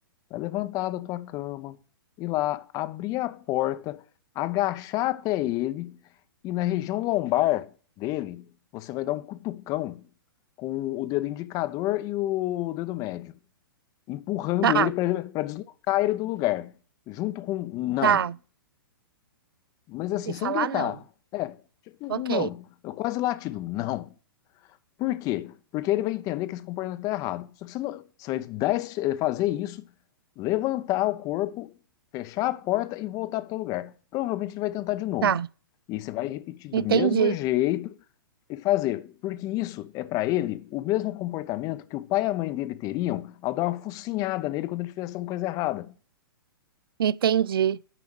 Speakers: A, on the left (about 30°); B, on the right (about 75°).
A: vai levantar da tua cama, ir lá, abrir a porta, agachar até ele e na região lombar dele, você vai dar um cutucão com o dedo indicador e o dedo médio, empurrando
B: tá,
A: ele para deslocar ele do lugar, junto com um não,
B: tá.
A: mas assim,
B: E
A: sem
B: falar
A: gritar.
B: não.
A: É, tipo um
B: Ok,
A: não, Eu quase latido, não. Por quê? Porque ele vai entender que esse comportamento está errado. Só que você, não, você vai dar esse- eh, fazer isso, levantar o corpo, fechar a porta e voltar para o lugar. Provavelmente ele vai tentar de novo.
B: tá.
A: E você vai repetir
B: Entendi,
A: do mesmo jeito e fazer. Porque isso é para ele o mesmo comportamento que o pai e a mãe dele teriam ao dar uma focinhada nele quando ele fizesse alguma coisa errada.
B: entendi.